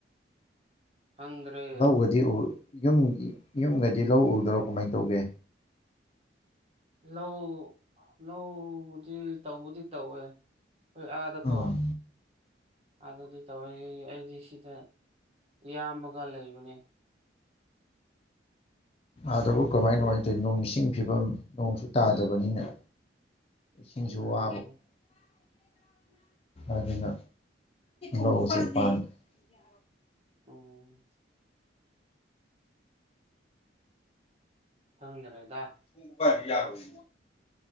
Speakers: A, on the right (about 35°); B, on the left (about 30°).
A: ꯈꯪꯗꯔꯦ
B: ꯂꯧꯒꯗꯤ ꯑꯨ ꯌꯨꯝ ꯌꯨꯒꯗꯤ ꯂꯧ ꯎꯗ꯭ꯔꯣ ꯀꯃꯥꯏꯅ ꯇꯧꯒꯦ
A: ꯂꯧ ꯂꯧꯕꯨꯗꯤ ꯇꯧꯕꯗꯤ ꯇꯧꯋꯦ ꯈꯣꯏ ꯑꯥꯗꯀꯣ
B: ꯎꯝ
A: ꯑꯥꯗꯗꯤ ꯇꯧꯔꯤ ꯑꯩꯗꯤ ꯁꯤꯗ ꯏꯌꯥꯝꯕꯒ ꯂꯩꯕꯅꯦ
B: ꯑꯥꯗꯕꯨ ꯀꯃꯥꯏ
A: ꯎꯝ
B: ꯀꯃꯥꯏꯅ ꯇꯧꯏꯅꯣ ꯏꯁꯤꯡ ꯐꯤꯚꯝ ꯅꯣꯡꯁꯨ ꯇꯥꯗꯕꯅꯤꯅ ꯏꯁꯤꯡꯁꯨ
A: ꯎꯝ
B: ꯋꯥ ꯑꯗꯨꯅ ꯂꯧ ꯁꯤꯄꯥꯟ <unintelligible> <inaudible>
A: ꯎꯝ ꯈꯪꯗꯔꯦꯗ
B: ꯃꯨꯕ ꯌꯥꯔꯣꯏ